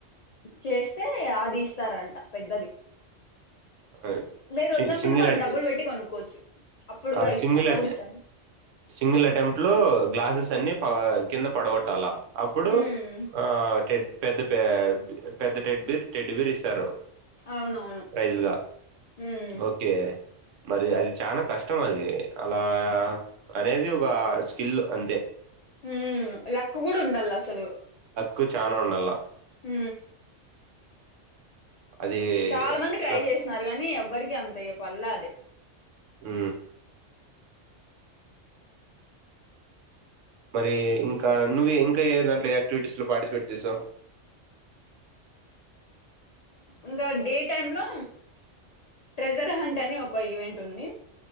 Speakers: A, on the left; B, on the right.
A: చేస్తే అది ఇస్తారంట పెద్దది
B: ఆ
A: లేదు
B: చ్
A: వద్దనుకుంటే
B: సింగిల్
A: మనం
B: ఐ
A: డబ్బులు పెట్టి కొనుక్కోవచ్చు అప్పుడు కూడా
B: ఆ
A: ఇస్తా
B: సింగిల్
A: అట్లా
B: అ
A: కూడా ఇస్తారు
B: సింగిల్ అటెంప్ట్ లో గ్లాసెస్ అన్ని ప కింద పడగొట్టాల అప్పుడు
A: ఉమ్
B: ఆ టె పెద్ద పె పెద్ద టెడ్డి బీర్ టెడ్డిబీర్ ఇస్తారు
A: అవునవును
B: ప్రైజ్గా
A: ఉమ్
B: ఓకే మరి అది చానా కష్టం ష్టం అది అలా అనేది ఒక స్కిల్ అంతే
A: హ లక్ కూడా ఉండాల అసలు
B: కు చానా ఉండాల
A: హ
B: అది
A: చాలా మంది ట్రై
B: లక్
A: చేసన్నారు కానీ ఎవ్వరికి అంతయ్య పళ్ళ అదే
B: అ మరి ఇంకా నువ్వు ఇంకా ఏ దాంట్లో యాక్టివిటీస్ లో పార్టిసిపేట్ చేసావు
A: ఇంకా డే టైమ్ లో ట్రెజర్ హంట్ అని ఒక ఈవెంట్ ఉంది